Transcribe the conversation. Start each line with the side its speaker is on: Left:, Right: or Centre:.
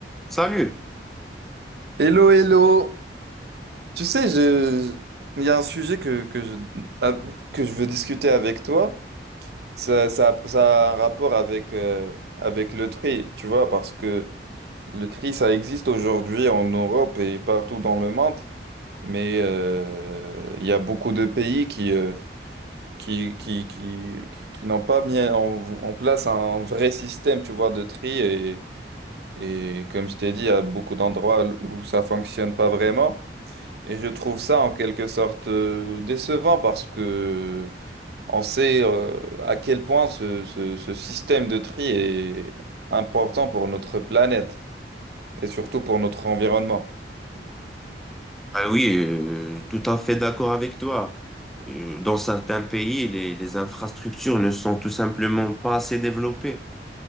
Centre: Salut.
Right: Hello, hello. Tu sais, je, il y a un sujet que, que je, ah, que je veux discuter avec toi. Ça, ça, ça a un rapport avec, euh, avec le tri, tu vois, parce que le tri, ça existe aujourd'hui en Europe et partout dans le monde. Mais euh, il y a beaucoup de pays qui, euh, qui, qui, qui, qui, qui n'ont pas mis en, en place un vrai système, tu vois, de tri. Et, et comme je t'ai dit, il y a beaucoup d'endroits où ça fonctionne pas vraiment. Et je trouve ça en quelque sorte euh, décevant parce que on sait euh, à quel point ce, ce- ce système de tri est important pour notre planète et surtout pour notre environnement.
Centre: Ah oui, euh, tout à fait d'accord avec toi. Euh, Dans certains pays, les, les infrastructures ne sont tout simplement pas assez développées.